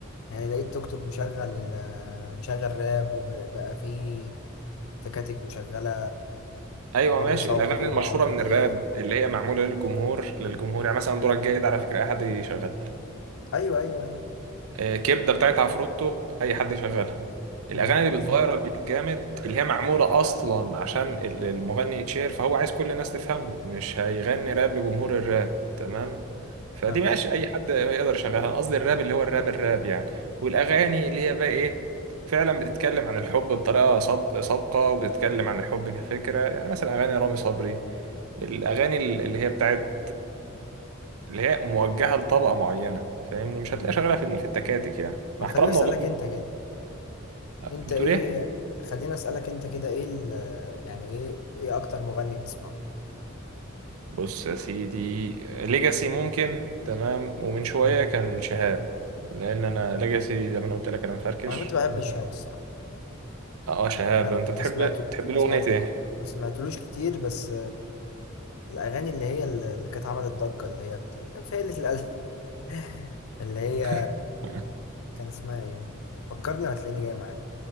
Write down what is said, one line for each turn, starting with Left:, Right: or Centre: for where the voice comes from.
Left: يعني لقيت توك توك مشغل آه، مشغل راب وبقى في تكاتك مشغلة
Right: ايوه
Left: رامي
Right: ماشي
Left: صبري
Right: الاغاني المشهوره
Left: وعمرو
Right: من
Left: دياب
Right: الراب اللي هي معموله للجمهور للجمهور يعني مثلا دورك جاي ده على فكره اي حد يشغلها
Left: أيوه أيوه أيوه
Right: آه، كبده بتاعت عفروتو اي حد يشغلها الاغاني
Left: أمم،
Right: اللي بتفيرال جامد اللي هي معموله اصلا عشان ال- المغني يتشير فهو عايز كل الناس تفهمه مش هيغني راب لجمهور الراب تمام فدي
Left: فاهم
Right: ماشي اي حد يقدر يشغلها انا قصدي الراب اللي هو الراب الراب يعني والاغاني اللي هي بقى ايه فعلا بتتكلم عن الحب بطريقه صاد- صادقه وبتتكلم عن الحب كفكره يعني مثلا اغاني رامي صبري الاغاني اللي هي بتاعت اللي هي موجهه لطبقه معينه فاهمني مش
Left: أمم.
Right: هتلاقيها شغاله في في التكاتك يعني
Left: طب
Right: مع
Left: خليني
Right: احترامنا
Left: أسألك
Right: والله
Left: أنت كده
Right: بتقول
Left: أنت إيه
Right: ايه
Left: خليني أسألك أنت كده إيه ال... يعني إيه إيه أكتر مغني بتسمعه؟
Right: بص يا سيدي ليجاسي ممكن تمام ومن شويه
Left: أمم.
Right: كان شهاب لان انا ليجاسي زي ما انا قلت لك انا مفركش
Left: أنا كنت بحب
Right: تمام
Left: شهاب الصراحة
Right: اه شهاب
Left: ما
Right: انت تحب
Left: ما سمعت
Right: تحب له
Left: ما سمعت
Right: اغنيه ايه
Left: ما سمعتلوش كتير بس الأغاني اللي هي اللي اللي كانت عملت ضجة اللي هي بت... اللي كان في قلة الأدب <laughs> اللي هي
Right: <laughs>
Left: كان اسمها إيه؟ فكرني وهتلاقيني جاي معاك